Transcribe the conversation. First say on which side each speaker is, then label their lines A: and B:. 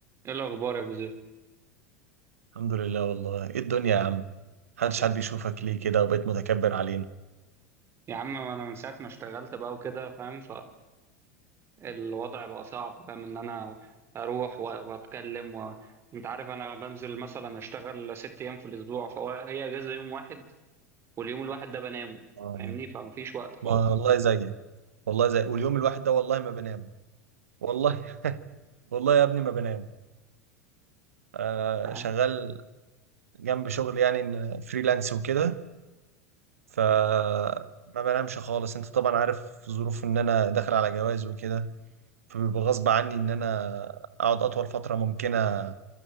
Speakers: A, on the right; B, on the right.
A: ايه الاخبار يا ابو زيد
B: الحمد لله والله ايه الدنيا يا عم محدش حد بيشوفك ليه كده وبقيت متكبر علينا
A: يا عم انا من ساعه ما اشتغلت بقى وكده فاهم فالوضع بقى صعب فاهم ان انا اروح و- واتكلم و... انت عارف انا بنزل مثلا اشتغل ست ايام في الاسبوع فهو هي اجازه يوم واحد واليوم الواحد ده بنامه
B: آه.
A: فاهمني فمفيش وقت خالص
B: ما والله زيك والله زي واليوم الواحد ده والله ما بنام والله والله يا ابني ما بنام آه
A: <laughs>
B: شغال جنب شغل يعني إن فريلانس وكده ف ما بنامش خالص انت طبعا عارف ظروف ان انا داخل على جواز وكده فبيبقى غصب عني ان انا اقعد اطول فترة ممكنة